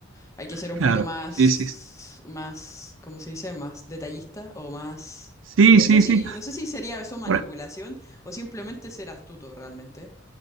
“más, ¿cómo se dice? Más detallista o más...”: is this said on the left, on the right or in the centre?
Left